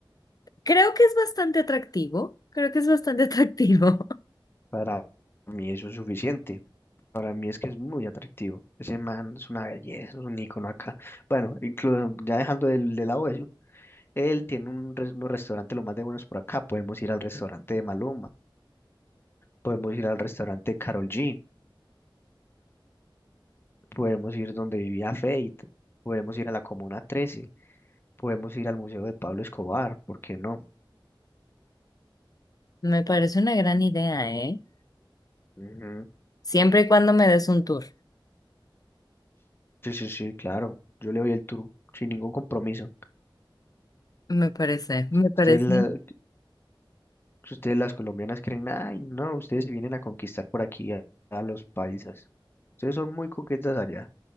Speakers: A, on the left; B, on the left.
A: Creo que es bastante atractivo, creo que es bastante atractivo. <laughs>
B: Para mí eso es suficiente. Para mí es que es muy atractivo. Ese man es una belleza, es un ícono acá. Bueno, incluso ya dejando de, de lado eso, él tiene un, res- un restaurante lo más de buenos por acá. Podemos ir al restaurante de Maluma, podemos ir al restaurante de Karol G. Podemos ir donde vivía Fate, podemos ir a la Comuna trece, podemos ir al Museo de Pablo Escobar, ¿por qué no?
A: Me parece una gran idea, ¿eh?
B: Ujú.
A: Siempre y cuando me des un tour.
B: Sí, sí, sí, claro. Yo le doy el tour sin ningún compromiso.
A: Me parece, me parece.
B: Ustedes, la- ustedes las colombianas creen, ay, no, ustedes vienen a conquistar por aquí a, a los paisas. Ustedes son muy coquetas allá.